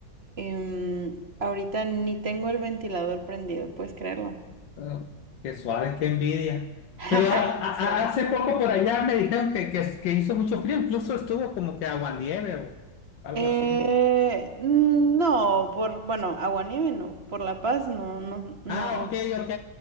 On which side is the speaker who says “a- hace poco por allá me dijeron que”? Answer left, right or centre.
Left